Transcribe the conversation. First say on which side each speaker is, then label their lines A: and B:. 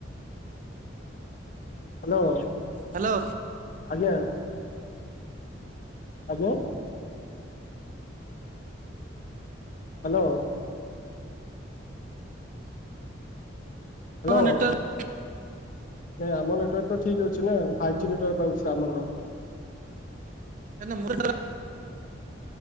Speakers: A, on the left; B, on the right.
A: ହାଲୋ
B: ହାଲୋ
A: ଆଜ୍ଞା ଆଜ୍ଞା ହାଲୋ ହ୍ୟାଲୋ
B: ହଁ ନେଟୱର୍କ
A: ନାଇଁ ଆମ ନେଟୱାର୍କ ତ ଠିକ ଅଛି ନା ଫାଇଭ୍ ଜି ନେଟୱାର୍କ ପାଉଛି ତ ଆମର?
B: କାଇଁ ନା ମୋ ଟାରେ?